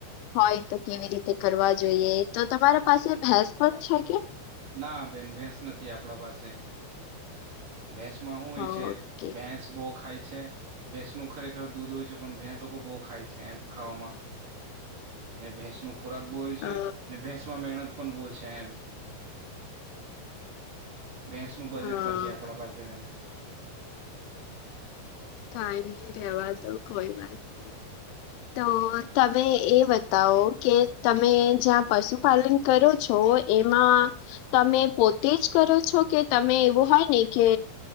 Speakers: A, on the left; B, on the right.
A: હોય તો કેવી રીતે કરવા જોઈએ તો તમારા પાસે ભેંસ પણ છે કે
B: ના બેન ભેંસ નથી આપણા પાસે ભેસમાં હું હોય
A: ઓકે
B: છે ભેંસ બો ખાય છે. ભેંસ નુ ખરેખર દૂધ હોય છે પણ ભેંસ લોકો બહુ ખાય છે એમ ખાવામાં
A: <inaudible>
B: ને ભેંસ નો ખોરાક બો હોય છે
A: અ
B: ને ભેંસ માં મહેનત પણ બો છે એમ ભૈસ નું બજેટ
A: હા
B: નથી. આપણ પાસે બેન
A: કઈ ની રેવા તો કોઈ વાત નઈ તો તમે એ બતાવો કે તમે જ્યાં પશુપાલન કરો છો એમાં તમે પોતે જ કરો છો કે તમે એવું હોય ને કે